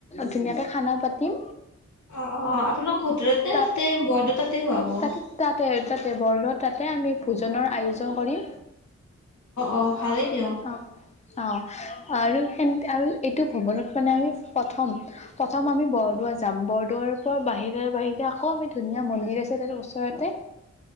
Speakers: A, on the left; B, on the left.
A: ধোনীয়াকে খানা পাতিম।
B: অ অ আপোনালোকৰ হোটেলতে
A: তাত
B: তাতে বৰদ তাতে খুৱাব অ
A: তাতে তাতে ত বৰ তাতে আমি ভোজনৰ আয়োজন কৰিম
B: অ ভালেই দিয়ক
A: অ। অঁ আৰু সে আৰু এইটো ভৱনত মানে আমি প্ৰথম প্ৰথম আমি বৰদোৱা জাম্বৰদুৱাৰ পৰা বাহিৰ বাহিৰে আকৌ আমি ধুনীয়া মন্দিৰছে ওচৰতে